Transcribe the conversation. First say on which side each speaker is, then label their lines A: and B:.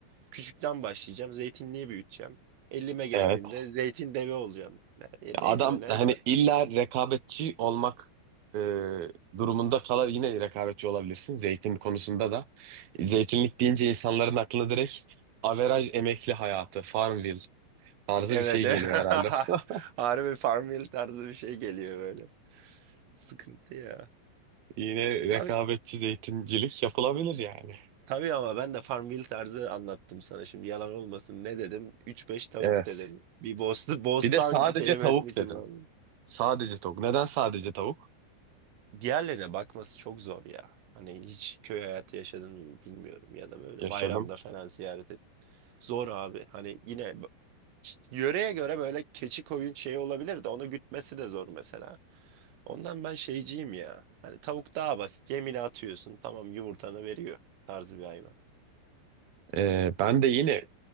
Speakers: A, on the right (about 85°); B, on the right (about 50°).
A: küçükten başlayacağım, zeytinliği büyüteceğim. 50'me geldiğimde
B: Evet.
A: zeytin devi olacağım. E,
B: Adam
A: Değil mi? Ne
B: hani
A: mal?
B: illa rekabetçi olmak e, durumunda kalar yine rekabetçi olabilirsin zeytin konusunda da. Zeytinlik deyince insanların aklına direkt averaj emekli hayatı, Farmville tarzı
A: Evet.
B: bir şey
A: <laughs>
B: geliyor
A: evet.
B: herhalde. <laughs>
A: Harbi Farmville tarzı bir şey geliyor böyle. Sıkıntı ya.
B: Yine rekabetçi
A: Tabii,
B: zeytincilik yapılabilir yani.
A: tabii ama ben de Farmville tarzı anlattım sana şimdi yalan olmasın. Ne dedim? üç beş tavuk
B: Evet.
A: dedim. Bir bost bostan
B: Bir de sadece
A: <laughs> kelimesini
B: tavuk
A: kullandım.
B: dedim. Sadece tavuk. Neden sadece tavuk?
A: Diğerlerine bakması çok zor ya. Hani hiç köy hayatı yaşadın mı bilmiyorum ya da böyle
B: Yaşadım.
A: bayramda falan ziyaret et. Zor abi. Hani yine b- yöreye göre böyle keçi koyun şey olabilir de onu gütmesi de zor mesela. Ondan ben şeyciyim ya. Hani tavuk daha basit. Yemini atıyorsun. Tamam yumurtanı veriyor tarzı bir hayvan.
B: Ee, ben de yine